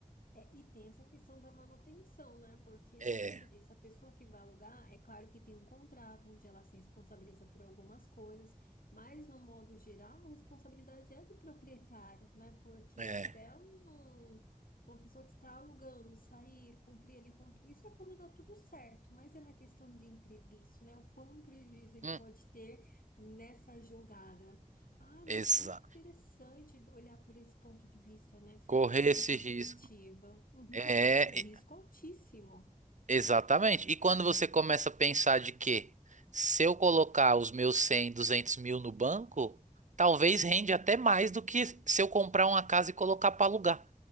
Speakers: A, on the left (about 85°); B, on the right (about 60°).
A: É, e tem essa questão da manutenção, né? Porque,
B: É,
A: como você disse, a pessoa que vai alugar, é claro que tem um contrato onde ela se responsabiliza por algumas coisas, mas, no modo geral, a responsabilidade é do proprietário, né? Porque
B: é.
A: até um- uma pessoa que está alugando sair, cumprir ali com tudo, isso é quando dá tudo certo, mas é na questão de imprevisto, né? O quão prejuízo ele
B: Hum,
A: pode ter nessa jogada. Ah, mas
B: exato.
A: muito interessante olhar por esse ponto de vista, né? Fê,
B: Correr
A: Ter essa
B: esse
A: perspectiva,
B: risco.
A: <laughs> Uhum,
B: É,
A: porque é um risco altíssimo.
B: Exatamente. E quando você começa a pensar de que se eu colocar os meus 100, 200, mil no banco, talvez rende até mais do que se eu comprar uma casa e colocar para alugar.